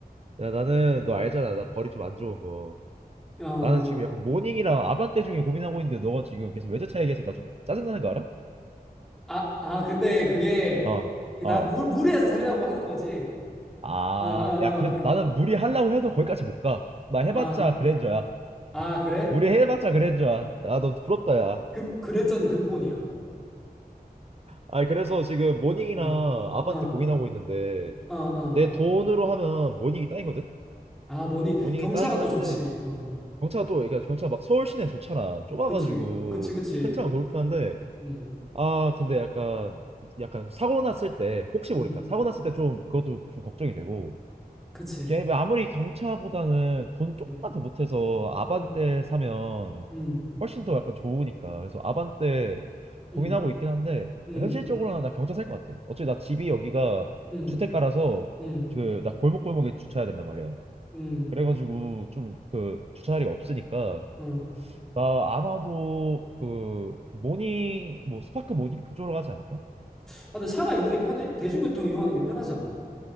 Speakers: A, on the right (about 40°); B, in the centre.
A: 야, 나는 너 알잖아.
B: 음.
A: 나 벌이 좀 안 좋은 거.
B: 어,
A: 나는 지금 약간 모닝이랑 아반떼 중에 고민하고 있는데 너가 지금 계속 외제차 얘기해서 나 좀 짜증나는 거 알아?
B: 아, 아, 근데 그게
A: 어, 어.
B: 나 무, 무리해서 살려고 하는 거지.
A: 아,
B: 아, 아,
A: 야, 그래도 나는 무리하려고 해도 거기까지 못 가. 나 해봤자
B: 아, 아,
A: 그랜저야.
B: 아, 그래?
A: 무리해봤자 그랜저야. 야, 너 부럽다, 야.
B: 그, 그랜저는 근본이야.
A: 아니, 그래서 지금 모닝이랑
B: 어,
A: 아반떼
B: 어, 어,
A: 고민하고 있는데,
B: 어, 어.
A: 내 돈으로 하면 모닝이 땅이거든?
B: 아, 뭐니?
A: 모닝이
B: 경차가
A: 땅이긴
B: 또
A: 한데,
B: 좋지. 어,
A: 경차가 또, 그러니까 경차가 막 서울 시내는 좋잖아. 좁아가지고,
B: 그치, 그치, 그치.
A: 큰 차가 더 불편한데,
B: 음,
A: 아, 근데 약간, 약간 사고 났을 때, 혹시 모를까?
B: 음,
A: 사고 났을 때 좀, 그것도 좀 걱정이 되고,
B: 그치.
A: 걔 아무리 경차보다는 돈 조금만
B: 음,
A: 더 못해서 아반떼
B: 음,
A: 사면
B: 음,
A: 훨씬 더 약간 좋으니까. 그래서 아반떼 고민하고
B: 음,
A: 있긴 한데
B: 음,
A: 현실적으로는 나 경차 살 것 같아. 어차피 나 집이 여기가
B: 음,
A: 주택가라서
B: 음,
A: 그 나 골목골목에 주차해야 된단 말이야.
B: 음,
A: 그래가지고 좀 그 주차 자리가 없으니까
B: 음.
A: 나 아마도 그 모닝 뭐 스파크 모닝 그쪽으로 가지 않을까?
B: 아, 근데 차가 있는 게 편해? 대중교통 이용하는 게 편하지 않나?